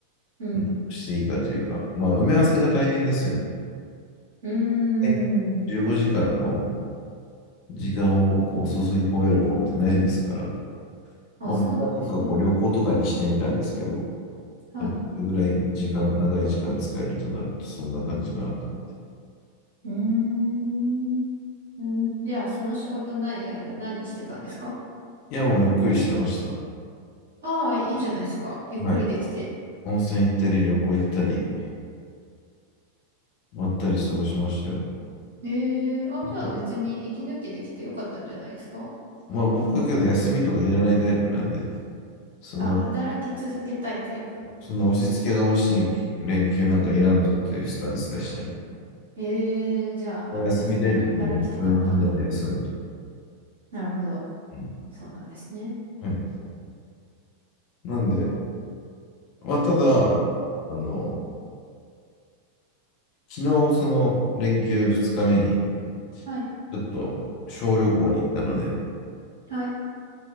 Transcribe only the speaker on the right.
うん。
うー
ん。
あ、
そうなんですね。
はい。
うーん。うん、じゃあ、その仕事ない間何してたんですか
ああー、いいじゃないですか。ゆっくりできて。
ええあ、
じゃあ別に息抜きできてよかったんじゃないですか
あ、働き続けたいタイプ
ええじゃああれですね。
働きたかったんだ。なるほど。
そうなんですね。
はい。
はい。